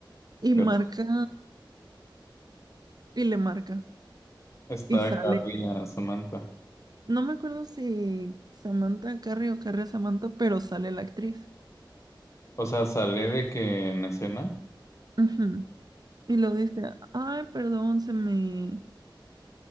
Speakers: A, on the right; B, on the left.
A: y
B: raro.
A: marca, y le marca,
B: está
A: y sale.
B: carrilla, Samantha.
A: No me acuerdo si Samantha Carrie o Carrie a Samantha, pero sale la actriz.
B: O sea, sale de que en escena
A: Ujú. Y lo dice, ay, perdón, se me,